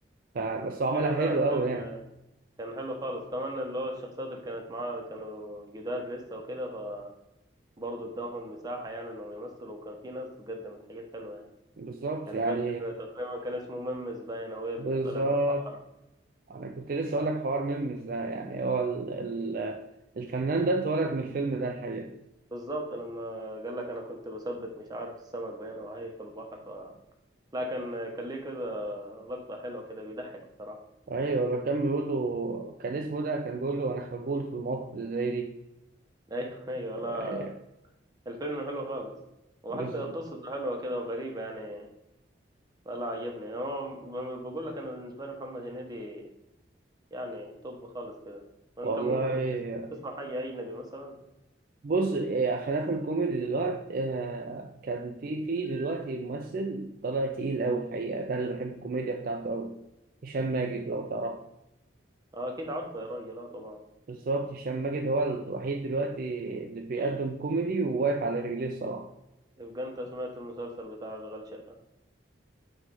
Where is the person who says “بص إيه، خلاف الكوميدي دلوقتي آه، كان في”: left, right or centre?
Right